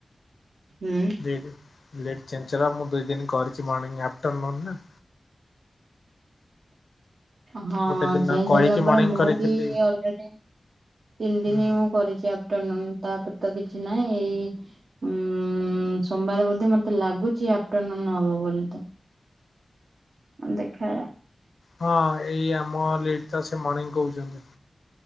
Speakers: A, on the right; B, on the left.
A: ହୁଁ।
B: ଲିଡ୍ ଲିଡ୍ ଚେଞ୍ଜ ହେଲା ମୁଁ ଦୁଇ ଦିନ କରିଛି ମର୍ଣିଂ ଆଫ୍ଟରନୁନ ନା।
A: ହଁ
B: ଗୋଟେ ଦିନ
A: ଚେଞ୍ଜ
B: କହିକି
A: ହେଲା ପରେ
B: ମର୍ଣ୍ଣିଂ
A: ମୁଁ
B: କରିଥିଲି।
A: ବି ଅଲରେଡି ତିନି
B: ହୁଁ
A: ଦିନ ମୁ କରିଛି ଆଫଟରନୁନ ତାପରେ ତ କିଛି ନାହିଁ ଏଇ ଉଁ ସୋମବାର ବୋଧେ ମତେ ଲାଗୁଛି ଆଫଟରନୁନ ହବ ବୋଲି ତ। ଦେଖା
B: ହଁ ଏଇ ଆମ ଲେଟ ତ ସେ ମର୍ଣିଂ କହୁଛନ୍ତି।